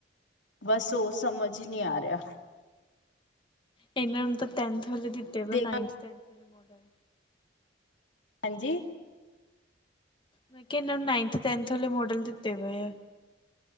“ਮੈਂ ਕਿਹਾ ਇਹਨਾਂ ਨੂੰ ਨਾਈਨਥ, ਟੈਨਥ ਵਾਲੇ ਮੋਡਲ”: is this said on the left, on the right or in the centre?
Left